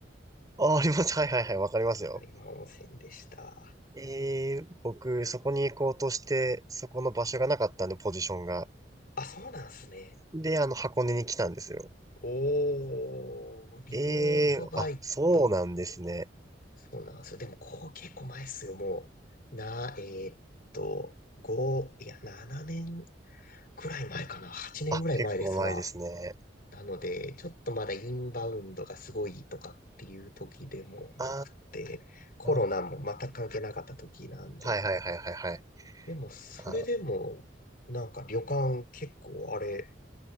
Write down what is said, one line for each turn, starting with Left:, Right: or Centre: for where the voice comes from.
Right: あ、あります。はいはいはい、わかりますよ。
Left: 有馬温泉でした。
Right: えー、僕、そこに行こうとして、そこの場所がなかったんで、ポジションが。
Left: あ、そうなんすね。
Right: で、あの、箱根に来たんですよ。
Left: おー、リゾートバイト。
Right: えー、あ、そうなんですね。
Left: そうなんですよ。でも、こう結構前っすよ。もう、な、えーっと、5、いや、7年くらい前かな。8年ぐらい前ですわ。
Right: あ、結構前ですね。
Left: なので、ちょっとまだインバウンドがすごいとかっていう時でもなくて、
Right: あ
Left: コロナも全く関係なかった時なんで。
Right: ー、はいはいはいはいはい。
Left: でも、それでも、
Right: あ、
Left: なんか旅館結構あれ、